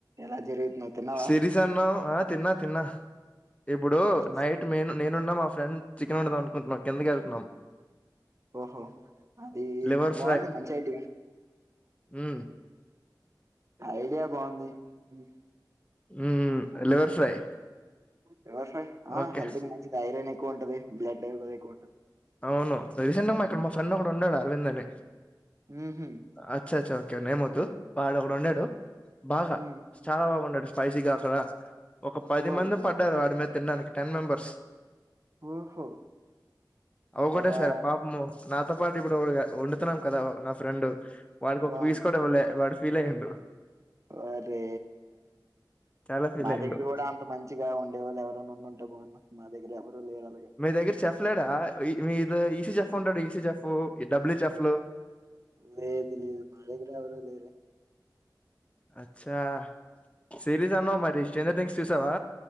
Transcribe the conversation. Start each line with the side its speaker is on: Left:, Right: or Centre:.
Right: ఎలా జరుగుతున్నావ్ తిన్నావా
Left: సిరిసన్న్ ఆ తిన్నా తిన్నా ఇప్పుడు
Right: మ్మ్
Left: నైట్ మే నేనున్న మా ఫ్రెండ్ చికెన్ వండదాం అనుకుంటున్నా కిందకు వెళ్తున్నాం
Right: ఓహో అది
Left: లివర్
Right: బాగనే మంచి ఐడియ
Left: ఉహ్
Right: ఐడియా బావుంది ఉహ్
Left: ఉమ్ లివర్ ఫ్రై
Right: లివర్ ఫ్రై హా
Left: ఓకే
Right: హెల్త్ కి మంచిదే ఐరన్ ఎక్కువ ఉంటది. బ్లడ్ ఐరన్ ఎక్కువ ఉంటది.
Left: అవును రీసెంట్ గా మా ఇక్కడ మా ఫ్రెండ్ ఒకడ ఉండాడు అరవింద్ అని
Right: మ్మ్ హ్మ్
Left: అచ్చచ్చ ఒకే నేమోద్దు. వాడోక్కడుండాడు బాగా
Right: మ్మ్
Left: చాలా బాగా వండడు స్పైసీగా అక్కడ ఒక పది
Right: ఓ
Left: మంది పడ్డారు వాడి మీద తిన్డానికి టెన్ మెంబర్స్
Right: ఓహో
Left: ఒకటేసారి
Right: చాలా
Left: పాపము నాతో పాటు ఇప్పుడు ఇగ వండుతున్నాం కదా నా ఫ్రెండు వాడికి ఒక
Right: ఆ
Left: పీస్ కూడా ఇవ్వళ్లే వాడు ఫీల్ అయ్యిం డు
Right: వరే
Left: చాలా ఫీల్
Right: మా
Left: అయ్యిండు
Right: దగ్గర కూడా అంత మంచిగా వండేవాళ్ళు ఎవరెన్ననా ఉండింటే బాగుండు మా దగ్గర ఎవరు లేరు అలాగా
Left: మీ దగ్గర చెఫ్ లేడా ఈ మీది ఈసీ చెఫ్ ఉంటాడు. ఈసీ చెఫ్ ఈ డబ్ల్యూ చెెఫ్లు
Right: లేదు లేదు మాదగిర ఎవరు లేరు
Left: అచ్చా సిరీస్ అన్నవ్ మరి స్టేంజర్ థింగ్స్ చూసావా